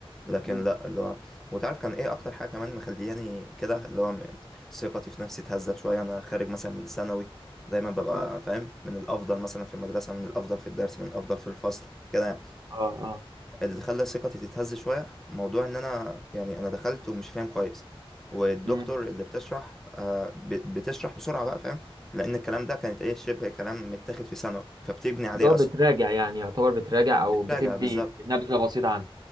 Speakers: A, in the centre; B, on the right (about 45°).
A: لكن
B: مم.
A: لا اللي هو وتعرف كان إيه أكتر حاجة كمان مخلياني كده اللي هو م- ثقتي في نفسي اتهزت شوية أنا خارج مثلا من ثانوي دايما ببقى
B: مم.
A: فاهم من الأفضل مثلا في المدرسة من الأفضل في الدرس من الأفضل في الفصل كده يعني.
B: أه أه
A: اللي خلى ثقتي تتهز شوية موضوع ان انا يعني انا دخلت ومش فاهم كويس والدكتور
B: أمم
A: اللي بتشرح آه، ب- بتشرح بسرعة بقى فاهم لان الكلام ده كانت ايه شبه كلام متاخد في ثانوي فبتبني عليه
B: اللي هو
A: اصلا
B: بتراجع يعني يعتبر بتراجع او
A: بتراجع
B: بتدي
A: بالظبط
B: نبذة بسيطة عنه